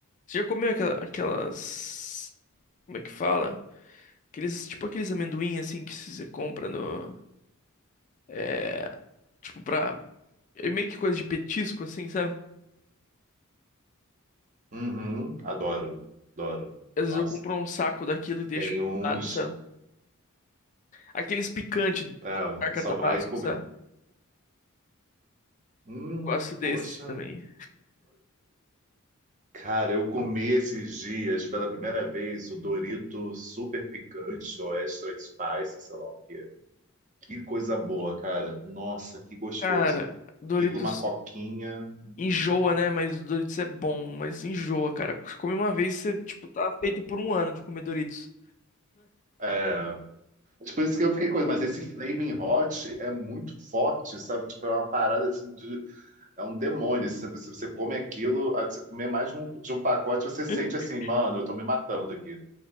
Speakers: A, on the left; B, on the right.
A: Você já comeu aquela- aquelas. Como é que fala? Aqueles. Tipo aqueles amendoim assim que você compra no. é, Tipo, pra É meio que coisa de petisco, assim, sabe?
B: Uhum, adoro, adoro.
A: Às vezes
B: Nossa,
A: eu compro um saco daquilo e deixo
B: tem
A: do
B: uns.
A: lado, sabe? Aqueles picantes
B: É,
A: com a marca
B: só
A: Tabasco,
B: vai comer.
A: sabe?
B: Hum,
A: Gosto desses
B: poxa.
A: também.
B: Cara, eu comi esses dias pela primeira vez o Dorito super picante ou extra spice, sei lá o quê. Que coisa boa, cara. Nossa, que gostoso.
A: Cara, Doritos
B: Aquilo, uma coquinha. Hum,
A: enjoa, né? Mas Doritos é bom, mas enjoa, cara. Você come uma vez, você, tipo, tá feito por um ano de comer Doritos.
B: é, é. Mas Por isso que eu fiquei com. Mas esse Flaming Hot é muito forte, sabe? Tipo, é uma parada assim de. É um demônio. Se você se você come aquilo, aí você comer mais de um, de um pacote, você sente
A: <laughs>
B: assim, mano, eu tô me matando aqui.